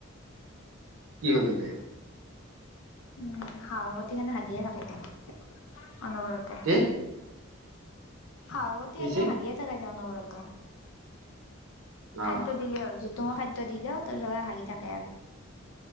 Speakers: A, on the right (about 80°); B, on the left (about 80°).
A: কি হ'ল তাতে?
B: উম হাঁহৰ গতি কাৰনে হাগিয়ে থাকে দে, অনবৰতে।
A: কে?
B: সাৰুৱতী
A: কি হৈছে
B: এনেও হাগিয়ে থাকাই তেওঁ অনবৰতে।
A: অ
B: খাদ্য দিলে হ'ল যিটো মই খাদ্য দি দিওঁ তোৰত হাগি থাকে আৰু।